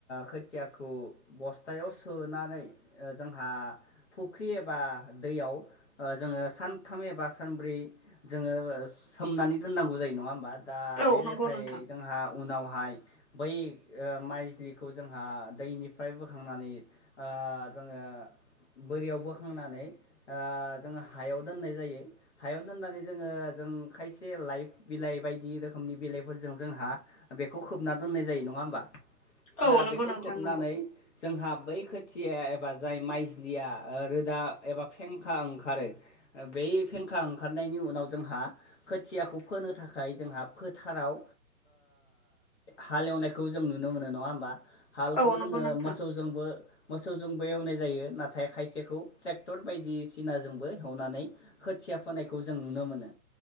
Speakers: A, on the left (about 45°); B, on the left (about 20°).
A: खोथियाखौ बस्थायाव सोनानै जोंहा फुख्रि एबा दैयाव जोंङो सानथाम एबा सानब्रै जोङो सोमनानै दोननांगौ जायो नङा होमबा। दा
B: औ
A: बे
B: नंगौ
A: लेखायै
B: नोंथां
A: जोंहा उनावहाय बै माइजलिखौ जोंहा दैनिफ्राय बोखांनानै ओ जोङो बोरियाव बोखांनानै जोङो हायाव दोननाय जायो ‌। हायाव दोननानै जोङो जों खायसे लाइफांनि बिलाइ बायदि रोखोमनि बिलाइफोरजों जोंहा बेखौ खोबना दोननाय जायो। नङा होमबा
B: औ
A: दा
B: नंगौ
A: बेखौ
B: नोंथां
A: खोबनानै
B: नंगौ
A: जोंहा बै खोथिया एबा जाय माइजलिया रोदा एबा फेंखा ओंखारो बे बे फेंखा ओंखारनायनि उनाव जोंहा खोथियाखौ फोनो थाखाय जोंहा फोथाराव हालेवनायखौ जों नुनो मोनो नङा होमबा। हालखौ
B: औ नंगौ
A: जोङो
B: नोंथां
A: मोसौजोंबो। मोसौजोंबो एवनाय जायो नाथाय खायसेखौ ट्रेक्टर बायदिसिनाजोंबो एवनानै हेवनानै खोथिया फोनायखौ जों नुनो मोनो